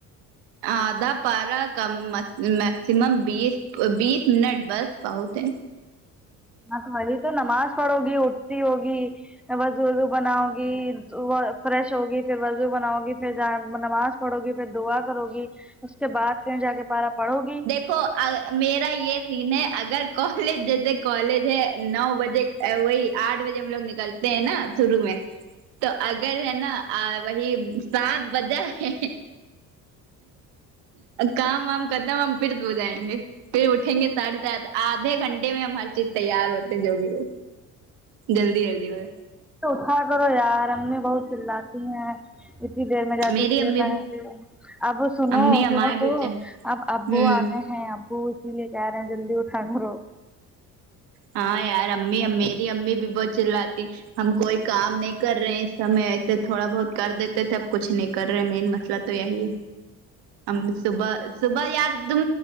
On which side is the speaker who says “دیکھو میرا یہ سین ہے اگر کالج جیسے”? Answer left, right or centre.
Right